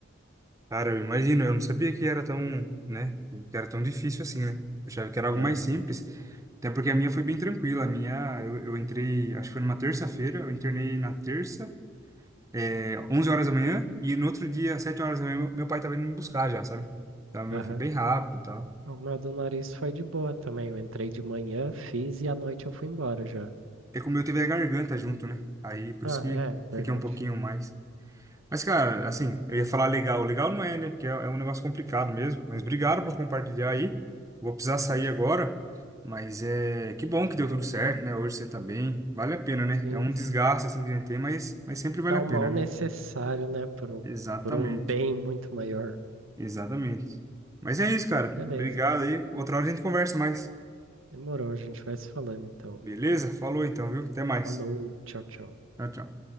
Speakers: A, on the right; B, on the right.
A: Cara, eu imagino, eu não sabia que era tão, né? Que era tão difícil assim, né? Eu achava que era algo
B: Aham,
A: mais simples. Até porque a minha foi bem tranquila. A minha, eu, eu entrei, acho que foi numa terça-feira, eu internei na terça, é, 11 horas da manhã, e no outro dia, às 7 horas da manhã, meu meu pai tava indo me buscar já, sabe? Então, o meu
B: aham.
A: foi bem rápido e tal.
B: Ah, O meu do nariz foi de boa também. Eu entrei de manhã, fiz e à noite eu fui embora já.
A: É como eu teve a garganta junto, né? Aí por
B: Ah,
A: isso que
B: é,
A: fiquei
B: verdade.
A: um pouquinho mais. Mas, cara, assim, eu ia falar legal. Legal não é, né? Porque é é um negócio complicado mesmo. Mas obrigado por compartilhar aí. Vou precisar sair
B: Imagino.
A: agora. Mas é que bom que deu tudo certo, né? Hoje você tá bem. Vale a pena, né?
B: Sim,
A: É um desgaste
B: sim.
A: assim que a gente tem, mas, mas sempre vale
B: É
A: a
B: um
A: pena,
B: mal
A: né?
B: necessário, né? Por um,
A: Exatamente.
B: por um bem muito maior.
A: Exatamente. Mas é isso, cara.
B: Mas beleza.
A: Obrigado aí. Outra hora a gente conversa mais.
B: Demorou, a gente vai se falando então.
A: Beleza? Falou então, viu? Até mais.
B: Falou, tchau, tchau.
A: Tchau, tchau.